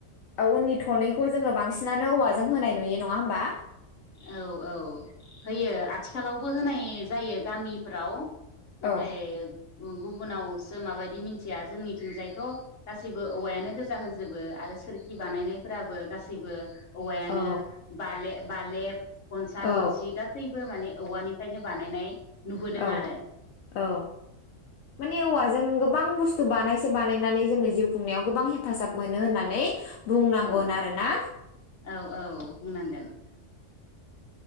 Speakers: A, on the left; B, on the left.
A: औ उननि थनैखौ जोङो बांसिन <unintelligible> औवाजों होनाय नुयो नङा होमबा?
B: औ औ होयो आथिखालावबो होनाय जायो गामिफोराव नाथाय
A: औ
B: गुबुनावसो माबायदि मिन्थिया जोंनिथिंजायथ' गासैबो औवायानो गोजा होजोबो आरो सोरखि बानायनायफोराबो गासैबो औवायानो
A: औ
B: बालेब बालेब गनसा
A: औ
B: -गनसि गासै बो माने औवानिफ्रायनो बानायनाय नुबोदों
A: औ
B: आरो
A: औ माने औवाजों गोबां <unintelligible> <unintelligible> बानायसे बानायनानै जोङो जिउ खुंनायाव गोबां हेफाजाब मोनो होननानै बुंनांगोन
B: औ
A: आरो ना।
B: औ औ बुंनांगोन